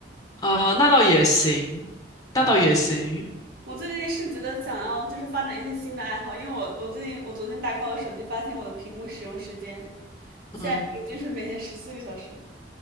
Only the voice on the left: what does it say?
呃，那倒也行，那倒也行，
嗯。